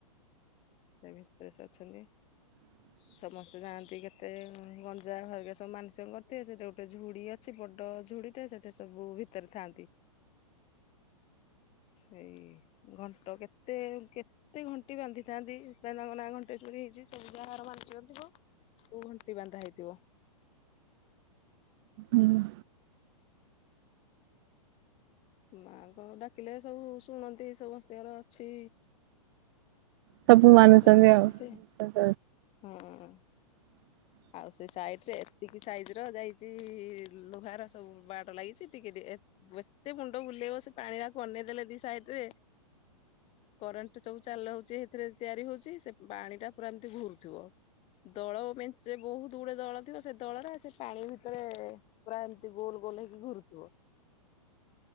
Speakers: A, on the left; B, on the right.
A: ସେଇ ଭିତରେ ସେ ଅଛନ୍ତି।
B: ହ
A: ସମସ୍ତେ ଯାଆନ୍ତି କେତେ ଗଞ୍ଜା ଘରିକା ସବୁ ମାନସିକ କରିଥିବେ ସେଇଠି ଗୋଟେ ଝୁଡି ଅ ଅଛି ବଡ଼ ଝୁଡିଟା ସେଇଟା ସବୁ ଭିତରେ ଥାଆନ୍ତି। ସେଇ ଘଣ୍ଟ କେତେ କେତେ ଘଣ୍ଟି ବାନ୍ଧିଥାନ୍ତି। ତାଙ୍କ ନାମ ନାଁ ଘଣ୍ଟେଶ୍ଵରୀ ହେଇଛି ସେ ଯାହାର ମାନସିକ ଥିବ ଉ ଘଣ୍ଟି ବାନ୍ଧା ହେଇଥିବ।
B: ହୁଁ ହୁଁ।
A: ମା ଙ୍କ ଡାକିଲେ ସବୁ ଶୁଣନ୍ତି ସମସ୍ତିଙ୍କର ଅଛି
B: ସବୁ
A: ବିଶ୍ଵାସ
B: ମାନୁଛନ୍ତି
A: ଭଳିଆ
B: ଆଉ।
A: ଗୋଟେ
B: ବିଶ୍ୱାସ
A: ହଁ ହଁ ହଁ।
B: ହଁ <inaudible>
A: ଆଉ ସେ ସାଇଟରେ ଏତିକି ସାଇଜ ର ଯାଇଛି ଲୁହାର ସବୁ ବାଡ ଲାଗିଛି ଟିକେ ଦେ ଏତେ ମୁଣ୍ଡ ବୁଲେଇବ ସେ ପାଣି ଆଡକୁ ଅନେଇ ଦେଲେ ଦି ସାଇଡରେ। କରେଣ୍ଟ ସବୁ ଚାଲ ହଉଛି ସେଥିରେ ତିଆରି ହଉଛି ସେ ପାଣି ଟା ପୁରା ଏମିତି ଘୁରୁଥିବ। ଦଳ ମେଞ୍ଚେ ବହୁତ ଗୁଡେ ଦଳ ଥିବ‌ ସେ ଦଳରେ ସେ ପାଣି ଭିତରେ ପୁରା ଏମିତି ଗୋଲ ଗୋଲ ହେଇକି ଘରୁଥିବ।